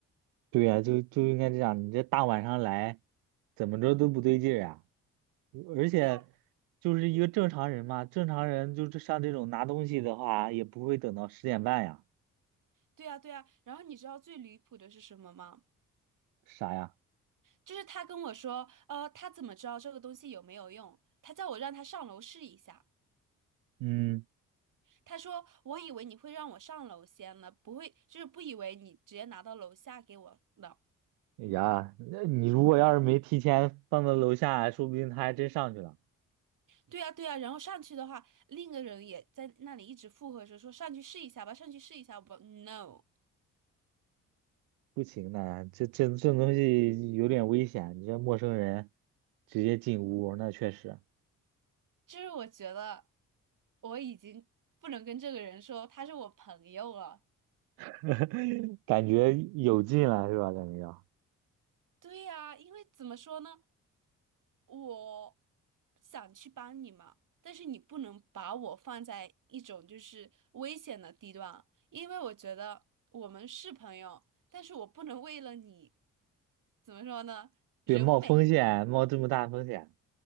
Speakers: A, on the right (about 80°); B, on the right (about 65°).
A: 对呀，就就应该这样，你这大晚上来，怎么着都不对劲儿啊。而且
B: 对啊，
A: 就是一个正常人嘛，正常人就是像这种拿东西的话，也不会等到十点半呀，
B: 对啊，对啊。然后你知道最离谱的是什么吗？
A: 啥呀？
B: 就是他跟我说，呃，他怎么知道这个东西有没有用？他叫我让他上楼试一下。
A: 嗯，
B: 他说：“我以为你会让我上楼先呢，不会，就是不以为你直接拿到楼下给我的。”
A: 哎呀，那你如果要是没提前放到楼下，说不定他还真上去了。
B: 对呀，对呀，然后上去的话，另一个人也在那里一直附和着说：“上去试一下吧，上去试一下吧。”No，
A: 不行的，这这这东西有点危险，你这陌生人直接进屋，那确实
B: 就是我觉得我已经不能跟这个人说他是我朋友了。
A: <laughs> 感觉有劲了，是吧？感觉要
B: 对呀，因为怎么说呢，我想去帮你嘛，但是你不能把我放在一种就是危险的地段啊，因为我觉得我们是朋友，但是我不能为了你，怎么说呢，人美。
A: 对冒风险，冒这么大风险，